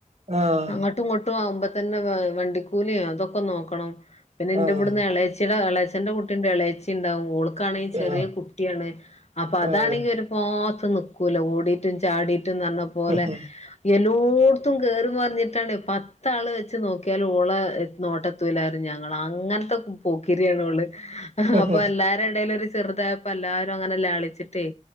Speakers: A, on the right (about 50°); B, on the left (about 50°).
A: ആഹ്
B: അങ്ങട്ടും ഇങ്ങട്ടും ആവുമ്പോ തന്നെ വ വണ്ടിക്കൂലി അതൊക്കെ നോക്കണം പിന്നെ എന്റെവിടുന്ന്
A: ആഹ്
B: ഇളേച്ചിയുടെ എളേച്ചന്റെ കുട്ടി ഉണ്ട് എളേച്ചി ഇണ്ടാവും ഓള് ക്കാണേ ചെറിയ
A: ആഹ്
B: കുട്ടിയാണ് അപ്പൊ
A: ആഹ്
B: അതാണെങ്കി ഒരു ഭാഗത്ത് നി ക്കൂല ഓടിട്ടും ചാടിട്ടും ന്നർഞ്ഞ പോലെ
A: ആഹ്
B: എല്ലോട്ത്തും കേറി മറിഞ്ഞിട്ടാണ് പത്താള് വെച്ച് നോക്കിയാലും ഓളെ നോട്ടെത്തൂലാര്ന്ന് ഞങ്ങള് അങ്ങനത്തെ പോക്കരിയാണോള്
A: ആഹ്
B: അപ്പൊ എല്ലാരെടേലും ഒരു ചെറുതായ പ്പെല്ലാരും അങ്ങനെ ലാളിച്ചിട്ടേ